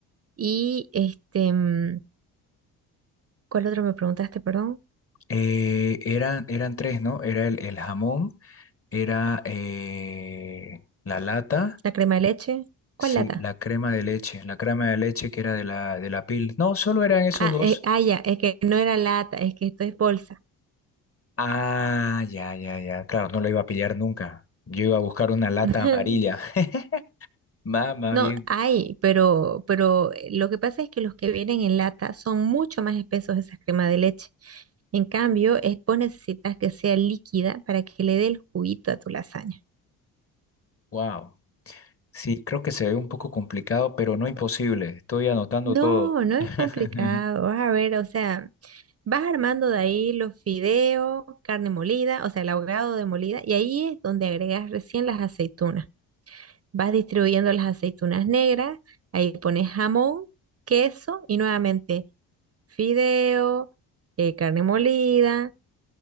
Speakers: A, on the right (about 35°); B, on the left (about 35°).
A: Y este, mm, ¿cuál otro me preguntaste, perdón?
B: Eh, eran, eran tres, ¿no? Era el, el jamón, era eh, la lata,
A: La crema de leche, ¿cuál
B: sí,
A: lata?
B: la crema de leche, la crema de leche que era de la, de la pil. No, solo eran esos
A: Ah,
B: dos.
A: eh, ah, ya, es que no era lata, es que esto es bolsa.
B: Ah, ya, ya, ya. Claro, no lo iba a pillar nunca. Yo iba a buscar una lata
A: <laughs>
B: amarilla. <laughs> Más, más
A: No,
B: bien.
A: hay, pero, pero eh, lo que pasa es que los que vienen en lata son mucho más espesos esas cremas de leche. En cambio, es, vos necesitas que sea líquida para que le dé el juguito a tu lasaña.
B: wow. Sí, creo que se ve un poco complicado, pero no imposible. Estoy anotando
A: No,
B: todo.
A: no es
B: <laughs>
A: complicado. Vas a ver, o sea, vas armando de ahí los fideos, carne molida, o sea, el ahogado de molida, y ahí es donde agregas recién las aceitunas. Vas distribuyendo las aceitunas negras, ahí pones jamón, queso y nuevamente fideo, eh, carne molida,